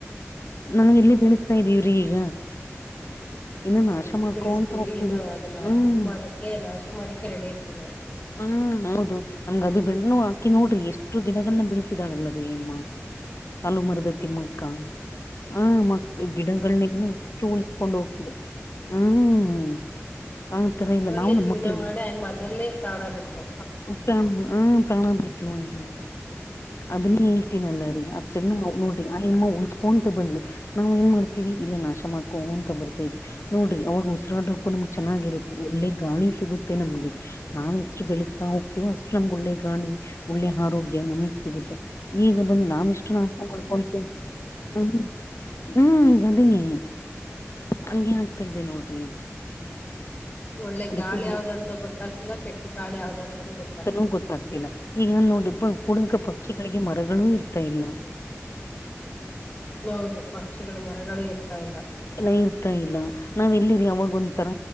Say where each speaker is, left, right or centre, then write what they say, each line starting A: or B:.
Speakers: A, on the left (about 60°); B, on the left (about 25°).
A: ನಾವ ಎಲ್ಲಿ ಬೆಳಸ್ತಾ ಇದೀವ್ರೀ ಈಗ. ಇನ್ನ
B: ನಾವ್
A: ನಾಶ
B: ಎಲ್ಲಿ
A: ಮಾಡ್ಕೊಂತ
B: ಬೆಳೆಸ್ತೀವ್ರೀ
A: ಹೋಗ್ತಿದೀವಿ
B: ಇನ್ನ ಅದನ್ನ
A: ಹ್ಮ್
B: ಇದು ಮಾಡಕ್ಕೆ ನಾಶ ಮಾಡಕ್ಕೆ ರೆಡಿ ಇರ್ತೀವಿ ನಾ
A: ಹ್ಮ್ ಹೌದು ನಮ್ಗ ಅದು ಬೆಣ್ಣು ಹಾಕಿ ನೋಡ್ರಿ ಎಷ್ಟು ಗಿಡಗಳನ್ನ ಬಿಳ ಸ್ತೀದಾಳಲ್ಲರಿ ಮಾ ಸಾಲು ಮರದ ತಿಮ್ಮಕ್ಕ ಆ ಮಕ್ ಗಿಡಗಳನ್ನೆಲ್ಲ ಎಷ್ಟು ಉಳಿಸಕೊಂಡ್ ಹೋಗ್ತಿದೆ. ಹ್ಮ್. ಆತರ
B: ಅದ್ರಲ್ಲೇ
A: ಇಲ್ಲ ನಾವು ನಮ್ಮ
B: ಜೀವನ
A: ಮಕ್ಳಿಗೆ
B: ಮಾಡಿ ಆಯಮ್ಮ ಅದ್ರಲ್ಲೇ ಪ್ರಾಣ ಬಿಟ್ಲು.
A: ಪ್ರಾಣ ಹ್ಮ್ ಪ್ರಾಣ ಬಿಟ್ಲು ಆಯಮ್ಮ. ಅದನ್ನೇ ಹೇಳ್ತೀನಲ್ಲರೀ ಅಷ್ಟ್ ಎಲ್ಲ ನೋಡ್ರಿ ಆಯಮ್ಮ ಉಳಸ್ಕೊಂತ ಬಂದ್ಲು. ನಾವ್ ಏನ್ ಮಾಡ್ತಿವಿ ಇಲ್ಲ ನಾಶ ಮಾಡ್ಕೋ ಅಂತ ಬರ್ತೈವ. ನೋಡ್ರಿ ಅವಾಗ ಉಸಿರಾಡಕ್ಕೂ ನಮಗ ಚೆನ್ನಾಗಿರುತ್ತೆ ಒಳ್ಳೆ ಗಾಳಿ ಸಿಗುತ್ತೆ ನಮ್ಗೆ ನಾವ್ ಎಷ್ಟು ಬೆಳೆಸ್ತಾ ಹೋಗ್ತೇವೋ ಅಷ್ಟ ನಮ್ಗ ಒಳ್ಳೆ ಗಾಳಿ ಒಳ್ಳೆ ಆರೋಗ್ಯ ಸಿಗುತ್ತ ಈಗ ಬಂದ ನಾವ ಎಷ್ಟು ನಾವಿಷ್ಠ ಮಾಡ್ಕೊತ ಹ್ಮ ಹ್ಮ ಗದನೇ ಹಂಗೆ ಆಗ್ತಾ ಇದೆ ನೋಡ್ರಿ.
B: ಒಳ್ಳೆ
A: ಅದಕ್ಕೆ
B: ಗಾಳಿ
A: ಏನು
B: ಯಾವ್ದ ಅಂತ ಗೊತ್ತಾಗ್ತಿಲ್ಲ ಕೆಟ್ಟ ಗಾಳಿ ಯಾವ್ದ ಅಂತಾನೂ ಗೊತ್
A: ತನು ಗೊತ್ತಾಗ್ತಿಲ್ಲ ಈಗ ನೋಡಿ ಬ ಕೂಡಕ ಪಕ್ಷಿಗಳಿಗೆ ಮರಗಳು ಇರ್ತಾ ಇಲ್ಲ.
B: ಹೌದು ಪಕ್ಷಿಗಳು ಮರಗಳ ಇರ್ತಾ ಇಲ್ಲ.
A: ಲ್ಲ ಇರ್ತಾ ಇಲ್ಲ ನಾವ್ ಎಲ್ಲಿರಿ ಅವಾಗ ಒಂತರ